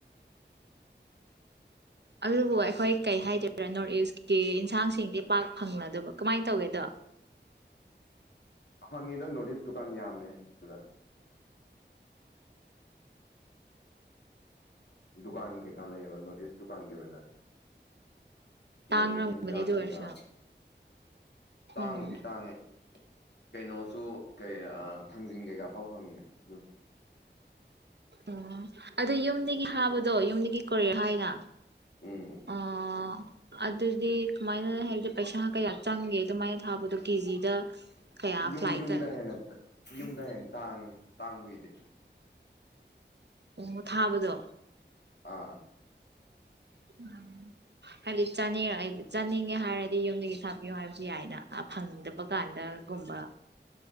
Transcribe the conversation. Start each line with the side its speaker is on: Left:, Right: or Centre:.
Right: ꯑꯗꯨꯕꯨ ꯑꯩꯈꯣꯏ ꯀꯩ ꯍꯥꯏꯗꯣꯏꯔꯥ ꯅꯣꯔꯠ ꯏꯁꯀꯤ ꯏꯟꯁꯥꯡꯁꯤꯡꯗꯤ ꯄꯥꯛ ꯐꯪꯂꯗꯕ ꯀꯃꯥꯏꯅ ꯇꯧꯒꯦꯗꯣ
Left: ꯐꯪꯉꯤꯗ ꯅꯣꯔꯠ ꯏꯁ ꯗꯨꯀꯥꯟ ꯌꯥꯝꯃꯦ ꯁꯤꯗ ꯗꯨꯀꯥꯟ ꯀꯩꯀꯥ ꯂꯩꯌꯦꯕ ꯅꯣꯠ ꯏꯁ ꯗꯨꯀꯥꯟꯒꯤ ꯑꯣꯏꯅ
Right: ꯇꯥꯡꯔꯝꯒꯅꯤ
Left: ꯅꯣꯔꯠ ꯏꯁꯀꯤ ꯍꯤꯖꯥꯡ
Right: ꯑꯗꯨ
Left: ꯀꯩꯀꯥ
Right: ꯑꯣꯏꯔꯁꯨ
Left: ꯇꯥꯡꯕꯨꯗꯤ
Right: ꯑꯣ
Left: ꯇꯥꯡꯉꯦ ꯀꯩꯅꯣꯁꯨ ꯀꯩ ꯊꯥꯡꯖꯤꯡ ꯀꯩꯀꯥ ꯐꯥꯎ ꯐꯪꯉꯦ ꯑꯗꯨ
Right: ꯑꯣ ꯑꯗꯨ ꯌꯨꯝꯗꯒꯤ ꯊꯥꯕꯗꯣ ꯌꯨꯝꯗꯒꯤ ꯀꯔꯤ ꯍꯥꯏꯅ
Left: ꯎꯝ
Right: ꯑꯣ ꯑꯗꯨꯗꯤ ꯀꯃꯥꯏꯅ ꯍꯥꯏꯕꯗꯤ ꯄꯩꯁꯥ ꯀꯌꯥ ꯆꯪꯒꯦ ꯑꯗꯨꯃꯥꯏꯅ ꯊꯥꯕꯗꯣ ꯀꯦꯖꯤꯗ ꯀꯌꯥ
Left: ꯌꯨꯝ
Right: ꯐ꯭ꯂꯥꯏꯠꯇ
Left: ꯌꯨꯝꯗ ꯍꯦꯟꯅ ꯌꯨꯝꯗ ꯍꯦꯟ ꯇꯥꯡ ꯇꯥꯡꯕꯒꯤꯗꯤ
Right: ꯑꯣ ꯊꯥꯕꯗꯣ
Left: ꯑꯥ
Right: <unintelligible> ꯍꯥꯏꯕꯗꯤ ꯆꯥꯅꯤꯡꯉ ꯑꯩꯗꯤ ꯆꯥꯅꯤꯡꯉꯦ ꯍꯥꯏꯔꯗꯤ ꯌꯨꯝꯗꯒꯤ ꯊꯥꯕꯤꯌꯣ ꯍꯥꯏꯕꯁꯨ ꯌꯥꯏꯗ ꯑꯥ ꯐꯪꯗꯕ ꯀꯥꯟꯗꯒꯨꯝꯕ